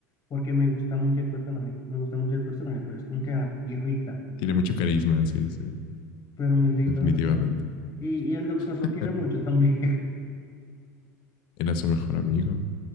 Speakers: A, on the left (about 35°); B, on the left (about 60°).
A: porque me gusta mucho el personaje, me gusta mucho el personaje, pero es como que ah, irrita,
B: Tiene mucho carisma, sí, sí,
A: pero me irrita
B: definitivamente.
A: de verdad. Y, y el doctor
B: <laughs>
A: lo quiere mucho también.
B: Era su mejor amigo.